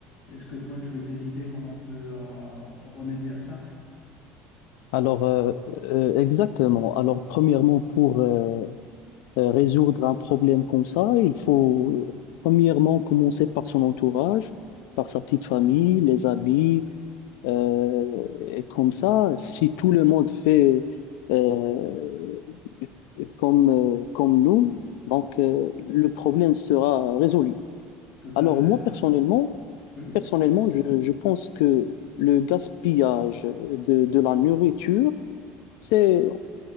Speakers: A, on the left; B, on the left.
A: Est-ce que toi, tu as des idées, comment on peut euh, remédier à ça?
B: Alors, euh, euh, exactement. Alors, premièrement, pour euh, euh, résoudre un problème comme ça, il faut euh, premièrement commencer par son entourage, par sa petite famille, les amis. euh, et comme
A: Oui,
B: ça, si tout le monde fait euh, comme, euh, comme nous, donc euh, le problème sera résolu.
A: tout
B: Alors,
A: à fait.
B: moi, personnellement,
A: Oui,
B: personnellement, je, je pense que le gaspillage de, de la nourriture, c'est